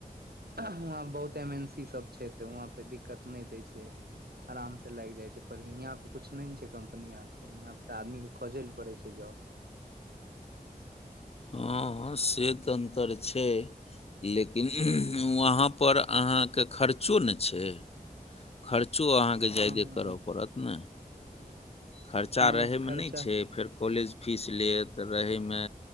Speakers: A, on the right; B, on the left.
A: में बहुत एम एन सी सब छै त व कोई दिक्कत नहि दै छै आराम से लागि जाइ छै पर हियाँ पर कुछ नहि ने छै कम्पनी आरके यहाँ पर तऽ आदमीक के खोजै लए पड़ै छै जॉब
B: हँ से तऽ अन्तर छै लेकिन वहाँपर अहाँके खर्चो ने छै खर्चो अहाँकेँ ज्यादा
A: हँ
B: करय पड़त ने खर्चा
A: हँ
B: रहैमे
A: तऽ खर्चा
B: नहि छै फेर कॉलेज फीस लेत रहै मे